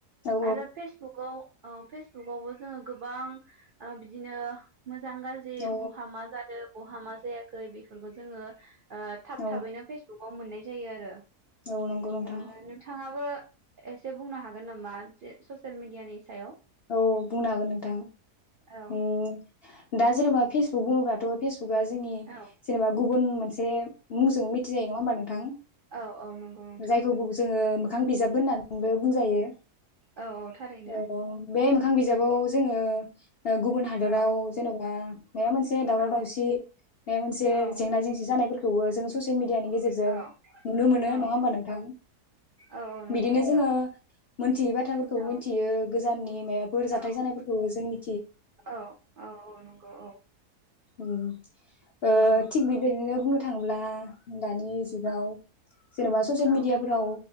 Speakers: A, on the left (about 60°); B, on the right (about 75°).
A: औ
B: आरो फेसबुगाव औ फेसबुकआवबो जोङो गोबां ओ बिदिनो मोजां गाज्रि
A: औ
B: बहामा जादो बहा मा जायाखै बेफोरखौ जोङो ओ थाब
A: औ
B: थाबैनो फेसबुक आव मोननाय जायो आरो।
A: औ नंगौ नोंथां।
B: ओ नोंथाङाबो एसे बुंनो हागोन नामा? जे स'सियेल मिडियानि सायाव?
A: औ बुंनो हागोन नोंथां।
B: औ
A: उम दा जेनेबा फेसबुक बुंङोब्लाथ' फेस बुगा जोंनि
B: औ
A: जेनेबा गुबुन मोनसे मुंजों मिथिजायो नङा होमबा नोंथां?
B: औ औ नंगौ नोंथां
A: जायखौ बुग जोङो मो खां बिजाबबो होननानैबो बुंजायो।
B: औ औ थारैनो
A: औ बे मोखां बिजाबाव जोङो ओ गुबुन हादराव
B: औ
A: जेनबा माबा मोनसे दावराव
B: औ
A: दावसि माबा मोनसे
B: औ
A: जेंना जेंसि जानायफोर खौबो जों ससेलमे दियानि गेजेरजों
B: औ
A: नुनो मोनो
B: औ
A: नङा होमबा नोंथां
B: औ नंगौ
A: बिदिनो
B: नोंथां
A: जोङो मोनथियै बाथ्राफोरखौ
B: औ
A: मिथियो। गोजाननि माबाफोर जाथाय
B: औ
A: जानायफोरखौबो जोंनि
B: औ औ औ नंगौ औ।
A: ओम ओ
B: औ
A: थिग बिबायदिनो बुंनो थांब्ला दानि जुगाव
B: औ
A: जेनेबा ससियेल
B: औ
A: मेडियाफोराव